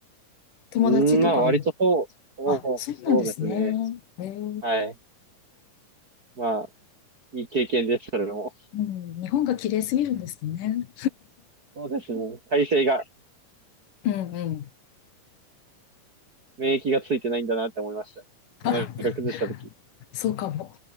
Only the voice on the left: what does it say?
友達とかも。
あ、そうなんですね。
へえ
うん、日本が綺麗すぎるんですね。
<laughs> うんうん。
あ、そうかも。